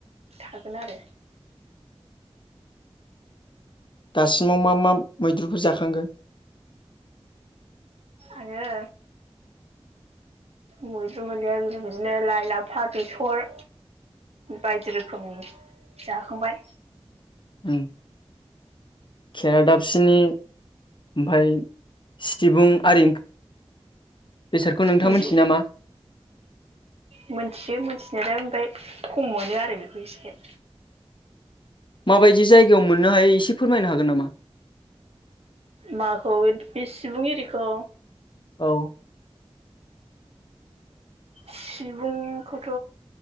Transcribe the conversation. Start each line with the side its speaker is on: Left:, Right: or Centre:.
Right: थागोन आरो
Left: दासिमाव मा मा मैद्रुफोर जाखांखो?
Right: आङो मैद्रु मैलायाबो बिदिनो लाइ लाफा बेसर बायदि रोखोमनि जाखांबाय
Left: उम खेरा दाफसिनि ओमफाय सिबुं आरि बेसोरखौ नोंथाङा
Right: बिदि
Left: मिथियो नामा?
Right: मोनथियो मोनथिनायालाय ओमफाय खम मोनो आरो बेखौ एसे।
Left: माबायदि जायगायाव मोननो हायो एसे फोरमायनो हागोन नामा?
Right: माखौ बे सिबुं एरिखौ?
Left: औ।
Right: सिबुंखौथ'